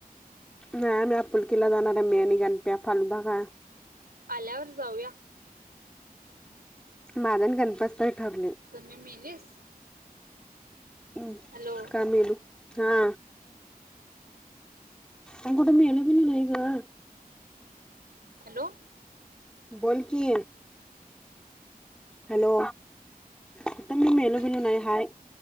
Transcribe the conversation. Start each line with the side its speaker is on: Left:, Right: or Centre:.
Centre: नाही आम्ही आपुलकीला जाणार आहे, मी आणि गणप्या फालुदा खायाला.
Right: आल्यावर जाऊया.
Centre: माझा आणि गणप्याच तर ठरलंय.
Right: समी मेलीसं?
Centre: उं
Right: हॅलो
Centre: का मेलु? हा. मी कुठे मेलो, बिलो नाही गं?
Right: हॅलो!
Centre: बोलकी. हॅलो! कुठं मी
Right: ये
Centre: मेलो
Right: चल
Centre: बिलो
Right: की
Centre: नाही
Right: रे!
Centre: हाय.